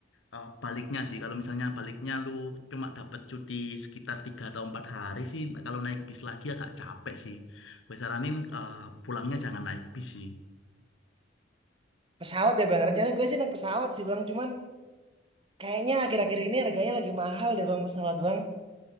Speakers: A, on the left (about 85°); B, on the right (about 30°).
A: eh, baliknya sih. Kalau misalnya baliknya lu cuma dapat cuti sekitar 3 atau 4 hari sih. Nah, Kalau naik bis lagi agak capek sih. Gue saranin eh, pulangnya jangan naik bis sih.
B: Pesawat ya Bang. Rencana gue sih naik pesawat sih Bang. Cuman kayaknya akhir-akhir ini harganya lagi mahal deh Bang pesawat Bang.